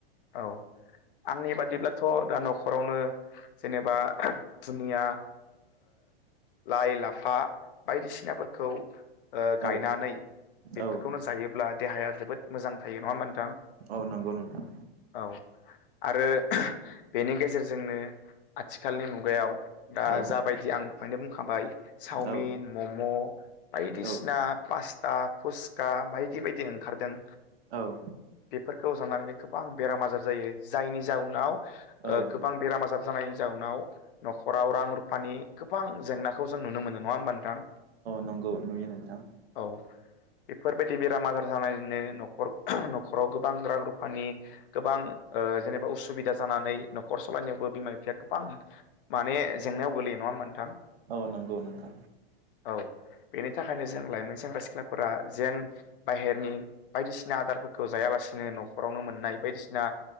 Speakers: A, on the left; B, on the right.
A: औ आंनि बादिब्लाथ' दा न'खरावनो जेनेबा दुनिया लाइ लाफा बायदिसिनाफोरखौ ओ गायनानै
B: औ
A: बेफोरखौनो
B: औ
A: जायोब्ला देहाया जोबोद मोजां थायो नङा होनबा नोंथां
B: औ नंगौ नोंथां
A: औ आरो बेनि गेजेरजोंनो आथिखालनि मुगायाव दा
B: औ
A: जाबायदि आं दखायनो बुंखाबाय चावमिन
B: औ
A: मम' बायदिसिना
B: औ
A: पास्ता फुसक बायदि बायदि ओंखारदों
B: औ
A: बेफोरखौ जानानैनो गोबां बेराम आजार जायो जायनि जाउनाव ओ
B: औ
A: गोबां बेराम आजार जानाय जाउनाव न'खराव रां रुफानि गोबां जेंनाखौ जों नुनो मोनो नङा होमबा नोंथां
B: नांगौ नुयो नोंथां
A: औ बेफोरबायदि बेराम आजार जानानैनो न'खर न'खराव गोबां रां रुफानि गोबां जेनेबा उसुबिदा जानानै न'खर सालायनायावबो बिमा ज गोबां माने जेंनायाव गोगलैयो नङा होनबा नोंथां थां
B: औ नंगौ नोंगौ
A: औ बेनि थाखायनो जों लाइमोन सेंग्रा सिख्लाफोरा जेन बाहेरनि बायदिसिना आदारफोरखौ जायालासिनो न'खरावनो मोननाय बायदिसिना